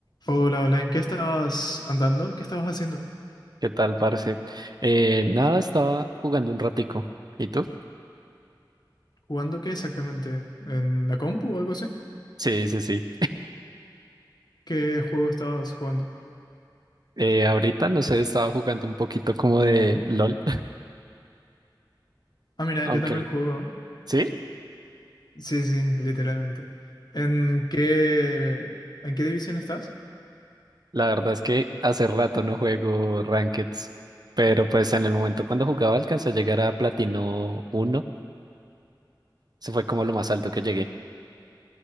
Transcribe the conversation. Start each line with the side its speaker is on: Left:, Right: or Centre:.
Left: Hola, hola, ¿en qué estabas andando? ¿Qué estabas haciendo?
Right: ¿Qué tal, parce? Eh, nada, estaba jugando un ratico. ¿Y tú?
Left: ¿Jugando qué exactamente? ¿En la compu o algo así?
Right: Sí, sí, sí.
Left: ¿Qué juego estabas jugando?
Right: Eh, ahorita, no sé, estaba jugando un poquito como de LOL,
Left: Ah,
Right: <laughs>
Left: mira,
Right: aunque...
Left: yo también
Right: l-
Left: juego. ¿no?
Right: Sí,
Left: Sí, sí, literalmente. ¿En qué, en qué división estás?
Right: la verdad es que hace rato no juego Rankeds, pero pues en el momento cuando jugaba alcancé a llegar a Platino uno. Se fue como lo más alto que llegué.